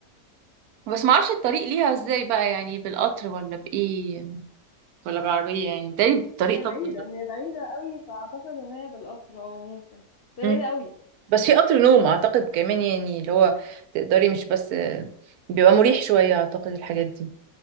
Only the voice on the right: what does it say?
بس ما اعرفش الطريق ليها ازاي بقى يعني بالقطر ولا بايه ولا بالعربية يعني ده الطريق
طبعا
مم.
بس في قطر نوم اعتقد كمان يعني اللي هو تقدري مش بس بيبقى مريح شويه اعتقد الحاجات دي